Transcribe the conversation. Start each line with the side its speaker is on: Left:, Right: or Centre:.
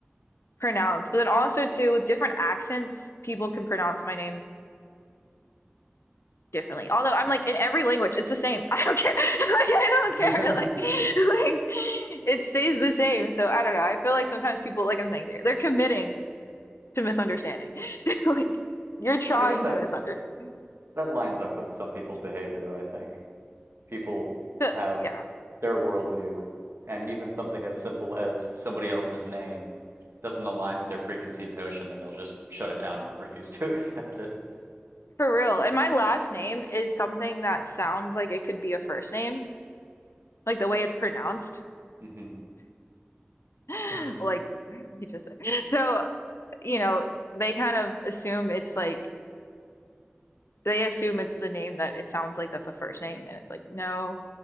Left: pronounced. But then also too, with different accents, people can pronounce my name differently. Although I'm like in every language, it's the same. <laughs> I don't care. <laughs> Like I don't care.
Right: <laughs>
Left: Like like it stays the same. So I don't know. I feel like sometimes people, like I'm saying, they're they're committing to misunderstanding. <laughs> Like you're trying
Right: I guess that
Left: to misunderstand.
Right: that lines up with some people's behavior, though, I think. People
Left: So
Right: have
Left: yeah,
Right: their worldview, and even something as simple as somebody else's name doesn't align with their preconceived notion, then they'll just shut it down and refuse to <laughs> accept it.
Left: for real. And my last name is something that sounds like it could be a first name, like the way it's pronounced.
Right: hmm
Left: <laughs>
Right: So
Left: Like you just said. So, you know, they kind of assume it's like they assume it's the name that it sounds like that's a first name and it's like no